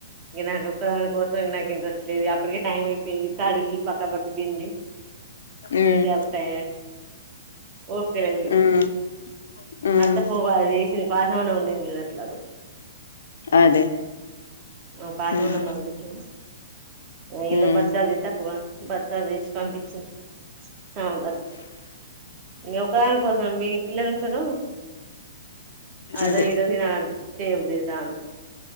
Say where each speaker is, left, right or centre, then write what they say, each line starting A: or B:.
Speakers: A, on the right; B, on the left.
A: ఈగ నా ఒక్క దాని కోసం నాకు ఇంట్రెస్ట్ లేదు అప్పటికి టైం అయిపోయది ఈ పక్క బింది
B: ఉమ్
A: చేసేవరకు టై ఓపిక లేదు ఇగ
B: ఉమ్ ఉమ్
A: అత్త పో అది చేసి పాషామ్ అన్నం అండింది గద ఎట్లాగొ
B: అదే
A: నాకు పాషమ్
B: ఉమ్
A: అన్నం పంపించు ఈల్లు
B: ఉమ్
A: బచ్చలు వ బచల్ చేసి పంపించండి అ పట్ ఈగ ఒకదానికోసం మీ పిల్లలు ఉంటరు అదో
B: అదే
A: ఇదో తినలని చేయబుద్ది దాన్ తో